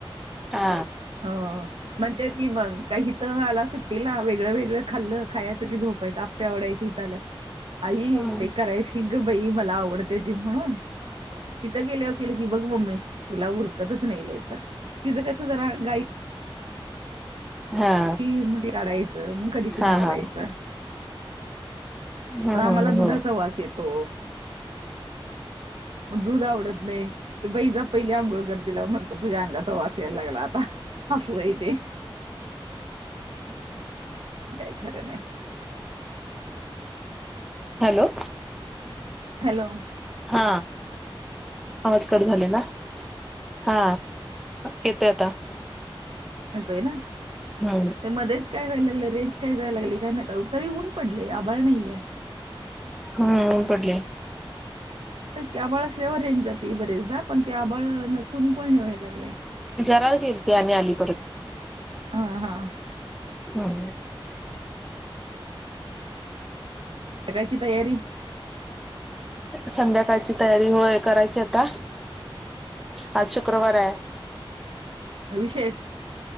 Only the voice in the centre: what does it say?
हा
हा
हा
हा
ह ह
हो
<inaudible>
हॅलो.
हा आवाज कट झालेला. हा येतोय आता.
हम्म
हम्म पडले
काल गेलती आम्ही अली
<unintelligible>
संध्याकाळची तयारी होय, करायची आता. आज शुक्रवार हाय